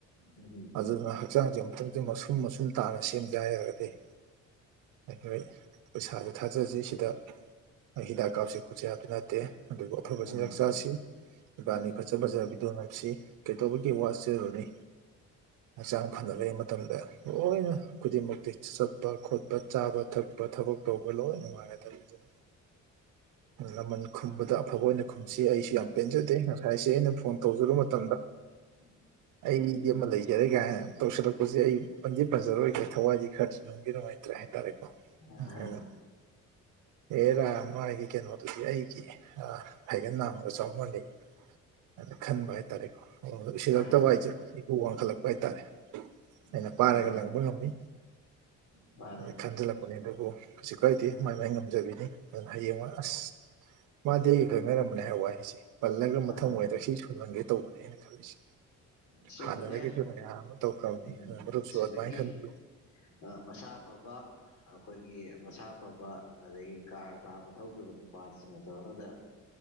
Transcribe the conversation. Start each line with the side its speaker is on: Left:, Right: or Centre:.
Left: ꯎꯝ
Right: ꯑꯗꯨꯅ ꯆꯥꯡꯖꯦ ꯑꯝꯇꯪꯗꯤ ꯃꯁꯨꯝ ꯃꯁꯨꯝ ꯇꯥꯅ ꯁꯦꯝꯖꯦ ꯍꯥꯏ ꯔꯒꯗꯤ ꯑꯩꯈꯣꯏ ꯄꯩꯁꯥꯖꯨ ꯊꯥꯖꯁꯤ ꯁꯤꯗ ꯑꯩ ꯍꯤꯗꯥꯛ ꯀꯥꯞꯁꯦ ꯈꯣꯠꯁꯦ ꯍꯥꯏꯕ ꯅꯠꯇꯦ ꯑꯗꯨꯕꯨ ꯑꯐꯕ
Left: ꯑꯍꯥ
Right: ꯆꯤꯟꯖꯥꯛ ꯆꯥꯁꯤ ꯏꯕꯥꯅꯤ ꯐꯖ ꯐꯖ ꯕꯤꯗꯤꯑꯣ ꯅꯝꯁꯤ ꯀꯩꯗꯧꯕꯒꯤ ꯋꯥꯠꯆꯔꯨꯅꯤ ꯍꯛꯆꯥꯡ ꯐꯅꯕꯩ ꯃꯇꯝꯗ ꯂꯣꯏꯅ ꯈꯨꯗꯤꯡꯃꯛꯇꯤ ꯆꯠꯄ ꯈꯣꯠꯄ ꯆꯥꯕ ꯊꯛꯄ ꯊꯕꯛ ꯇꯧꯕ ꯂꯣꯏ ꯅꯨꯡꯉꯥꯏꯔꯗꯕ ꯑꯗꯨꯅ ꯂꯃꯟ ꯈꯨꯝꯕꯗ ꯑꯐꯕ ꯑꯣꯏꯅ ꯈꯨꯝꯁꯤ ꯑꯩꯁꯨ ꯌꯥꯝ ꯄꯦꯟꯖꯗꯦ ꯉꯁꯥꯏꯁꯦ ꯑꯩꯅ ꯐꯣꯟ ꯇꯧꯖꯔꯨ ꯃꯇꯝꯗ
Left: <inaudible>
Right: ꯑꯩꯗꯤ ꯑꯃ ꯂꯩꯖꯔꯦ ꯀꯥꯏꯅ ꯇꯧꯁꯤꯜꯂꯛꯄꯁꯦ ꯑꯩ ꯄꯟꯗꯤ ꯄꯟꯖꯔꯣꯏꯒꯦ ꯊꯋꯥꯏꯗꯤ ꯈꯔꯗꯤ ꯅꯨꯡꯗꯤ ꯅꯨꯡꯉꯥꯏꯇ꯭ꯔꯦ ꯍꯥꯏꯇꯥꯔꯦꯀꯣ
Left: ꯑ
Right: ꯑꯗꯨꯅ
Left: ꯍꯥ
Right: ꯑꯦꯔꯥ ꯃꯥꯒꯤ ꯀꯩꯅꯣꯠ ꯇꯨꯗꯤ ꯑꯩꯒꯤ ꯐꯥꯏꯒꯟ ꯅꯥꯝꯃꯒ ꯆꯥꯎ ꯃꯅꯩ ꯑꯅ ꯈꯟꯕ ꯍꯥꯏꯇꯥꯔꯦꯀꯣ ꯑꯣ ꯎꯁꯤꯠꯔꯛꯇꯕ
Left: ꯑꯍꯥ
Right: ꯍꯥꯏꯖꯦ ꯏꯄꯨ ꯋꯥꯡꯈꯠꯂꯛꯄ ꯍꯥꯏꯇꯥꯔꯦ ꯑꯩꯅ
Left: ꯃꯥꯅꯦ
Right: ꯄꯥꯏꯔꯒ ꯂꯪꯕ ꯉꯝꯃꯤ
Left: ꯃꯥꯅꯦ
Right: ꯑ ꯈꯟꯖꯤꯜꯂꯄ ꯄꯅꯤ ꯑꯗꯨꯕꯨ ꯀꯩꯁꯨ ꯀꯥꯏꯗꯦ ꯃꯥꯏ ꯃꯥꯏ ꯉꯝꯖꯕꯤꯅꯤ ꯑꯗꯨꯅ ꯍꯌꯦꯡꯋꯥꯏ ꯑꯁ ꯃꯥꯗꯤ ꯑꯩꯒ ꯈꯪꯅꯔꯝꯕꯅꯦ ꯍꯥꯏꯕ ꯋꯥ ꯍꯥꯏꯁꯦ ꯄꯜꯂꯒ ꯃꯊꯪ
Left: ꯑꯍꯥ
Right: ꯑꯣꯏꯔꯒ ꯁꯤ ꯁꯣꯟꯍꯟꯒꯦ ꯇꯧꯕꯅꯦ ꯑꯩꯅ ꯈꯜꯂꯤꯁꯦ
Left: ꯁꯨꯝꯕꯅꯦ
Right: ꯍꯥꯟꯅꯔꯦꯁꯨ ꯅ ꯇ ꯈꯥꯎꯅꯤ
Left: ꯎꯝ
Right: ꯑꯃ
Left: ꯁꯤꯗꯒꯤ
Right: ꯁ꯭ꯋꯥꯗ ꯃ ꯈꯥꯟꯕꯤ
Left: ꯃꯁꯥ ꯐꯕ ꯑꯩꯈꯣꯏꯒꯤ ꯃꯁꯥ ꯐꯕ ꯑꯗꯒꯤ ꯀꯥꯔ ꯇꯥꯡꯕ ꯊꯧꯈꯤꯕ ꯅꯨꯄꯥꯁꯤꯡ ꯃꯇꯝ ꯑꯃꯗ